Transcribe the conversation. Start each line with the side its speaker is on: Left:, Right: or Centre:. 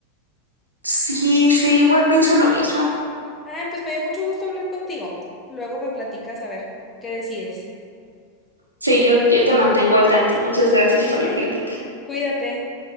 Right: Sí, sí, igual pienso lo mismo.
Left: Ah, pues me dio mucho gusto hablar contigo. Luego me platicas a ver qué decides.
Right: Sí, yo, yo te mantengo al tanto. Muchas gracias por
Left: Ok,
Right: la plática.
Left: cuídate.